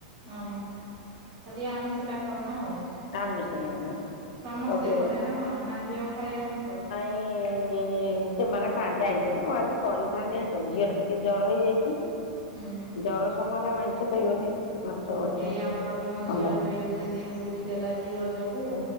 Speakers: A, on the right; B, on the left.
A: ହଁ- ହଁ ଖାଲି ଆମିଷଟା ଖାଉନ ଆଉ।
B: ଆମିଷ ନାହିଁ ନା
A: ସମସ୍ତେ
B: ରବିବାର।
A: ଘରେ ନା କଣ, ନା ଝିଅ ଖାଏ ଆମିଷ?
B: <unintelligible> ସେମାନେ ଖାଆନ୍ତି ଆଇଁଷ ଯେ ମୁଁ ଆଜି କରିଥାନ୍ତି ଆଇଁଷ, ଝିଅର ଟିକେ ଜର ହେଇଯାଇଛି
A: ହୁଁ।
B: ଜର ସମୟରେ ଆଇଁଷ ଖାଇବନି। ମାଛ ମାଛ
A: ସେଇ ଆମର ବି ମୋ ଝିଅ
B: ଅଣ୍ଡା
A: ଯ ଦୁଇ ଦିନ ବୁଲିଦେଲା ଯେ ରଜକୁ,